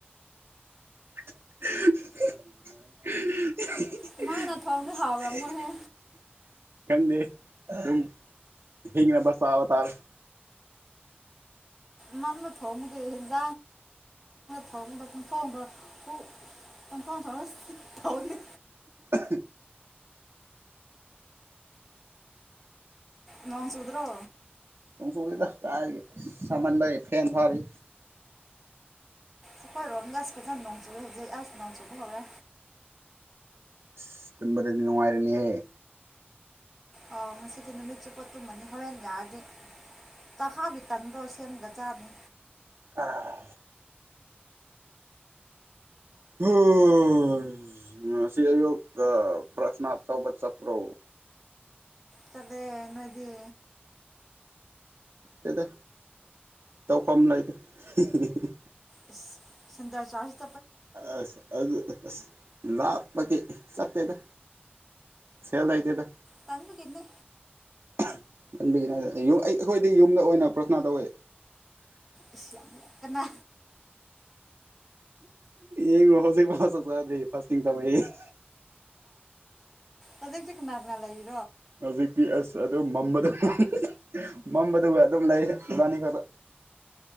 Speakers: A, on the right; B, in the centre.
A: <inaudible>
B: ꯃꯥꯅ
A: <inaudible>
B: ꯊꯣꯡꯗꯤ ꯍꯥꯎꯔꯝꯃꯣꯏꯍꯦ
A: ꯈꯪꯗꯦ ꯑꯗꯨꯝ ꯍꯤꯡꯅꯕ ꯆꯥꯕ ꯇꯥꯔꯦ
B: ꯉꯅ ꯊꯣꯡꯒꯨꯌꯦ <unintelligible> ꯊꯣꯡꯕ ꯁꯨꯡꯊꯣꯢꯂꯣꯢ ꯎ ꯄꯪꯊꯣꯡ ꯊꯣꯡꯁ ꯊꯥꯎ ꯅꯦ
A: ꯍ
B: ꯅꯣꯡ ꯆꯨꯗ꯭ꯔꯣ
A: ꯅꯣꯡ ꯆꯨꯗꯦꯗ ꯀꯔꯥꯢꯗꯒꯤ ꯑꯁ ꯁꯥꯃꯟꯕꯒꯤ ꯐꯦꯟ ꯊꯥꯔꯤ
B: ꯑꯩꯈꯣꯏꯔꯣꯝ ꯗꯁ ꯐꯖꯅ ꯅꯣꯡ ꯆꯨꯢꯌꯦ ꯍꯧꯖꯩ ꯑꯁ ꯅꯣꯡ ꯆꯨꯕ ꯍꯧꯔꯦ
A: ꯁꯤ ꯇꯨꯝꯕꯗꯗꯤ ꯅꯨꯡꯉꯥꯏꯔꯅꯤꯍꯦ
B: ꯑ ꯉꯁꯤꯗꯤ ꯅꯨꯃꯤꯠ ꯆꯨꯞꯄ ꯇꯨꯝꯃꯅꯤ ꯍꯣꯔꯦꯟ ꯌꯥꯗꯤ ꯀꯥꯍꯥꯎꯒꯤ ꯇꯟꯕꯣ ꯁꯦꯝꯒ ꯆꯥꯅꯤ
A: ꯑꯥ ꯑꯣ ꯁ ꯉꯁꯤ ꯑꯌꯨꯛ ꯑꯥ ꯄ꯭ꯔꯊꯅꯥ ꯇꯧꯕ ꯆꯠꯄ꯭ꯔꯣ
B: ꯆꯠꯂꯦ ꯅꯣꯏꯗꯤ
A: ꯇꯦꯗ ꯇꯧꯐꯝ ꯂꯩꯗꯦ ꯍꯤꯍꯤꯍꯤ
B: ꯑꯁ ꯁꯟꯗꯔ ꯆ
A: ꯑꯁ ꯑꯗꯨ ꯑꯁ ꯂꯥꯞ ꯄꯒꯤ ꯆꯠꯇꯦꯗ ꯁꯦꯜ ꯂꯩꯇꯦꯗ
B: ꯇꯟꯕꯒꯤꯅꯦ
A: ꯑꯍꯥ ꯑꯟꯕꯒꯤꯅꯦ ꯑꯌꯨ ꯑꯩ ꯑꯩꯈꯣꯏꯗꯤ ꯌꯨꯝꯗ ꯑꯣꯏꯅ ꯄ꯭ꯔꯊꯅꯥ ꯇꯧꯋꯦ
B: ꯏꯁ ꯌꯥꯝ ꯌꯥꯝ ꯀꯅꯥ
A: ꯌꯦꯉꯣ ꯍꯖꯤꯛꯐꯧ ꯆꯥꯛ ꯆꯥꯗ꯭ꯔꯤ ꯐꯥꯁꯇꯤꯡ ꯇꯧꯋꯦꯌꯦ ꯍꯤꯍꯤ
B: ꯌꯧꯖꯤꯛꯇꯤ ꯀꯅꯥ ꯀꯅꯥ ꯂꯩꯏ
A: ꯍꯧꯖꯤꯛꯇꯤ ꯑꯁ ꯑꯗꯨ ꯃꯝꯕꯥꯗꯨ ꯎꯝ ꯍꯝ ꯎꯝ ꯃꯝꯕꯥꯗꯨꯒ ꯑꯗꯨꯝ ꯂꯩꯗ ꯏꯕꯥꯟꯅꯤ ꯈꯛꯇ